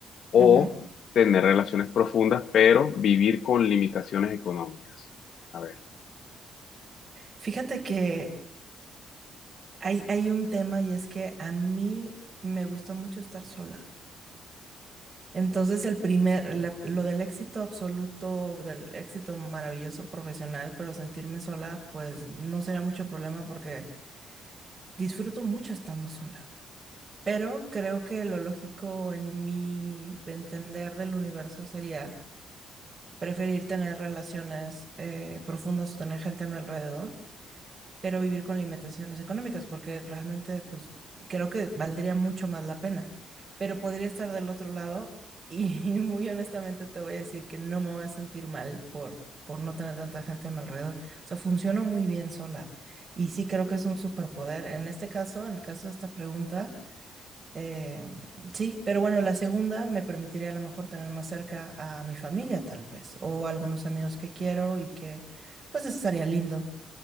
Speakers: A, on the left; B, on the right.
A: ¿O
B: Ujú.
A: tener relaciones profundas pero vivir con limitaciones económicas? A ver,
B: Fíjate que hay, hay un tema y es que a mí me gusta mucho estar sola. Entonces, el primer, la- lo del éxito absoluto, del éxito maravilloso profesional, pero sentirme sola, pues no será mucho problema porque disfruto mucho estando sola. Pero creo que lo lógico en mi entender del universo sería preferir tener relaciones eh, profundas o tener gente a mi alrededor pero vivir con limitaciones económicas, porque realmente, pues, creo que valdría mucho más la pena. Pero podría estar del otro lado y <laughs> muy honestamente te voy a decir que no me voy a sentir mal por, por no tener tanta gente a mi alrededor. O sea, funciono muy bien sola y sí creo que es un superpoder. En este caso, en el caso de esta pregunta, eh, sí, pero bueno, la segunda me permitiría a lo mejor tener más cerca a mi familia, tal vez, o a algunos amigos que quiero y que, pues, estaría lindo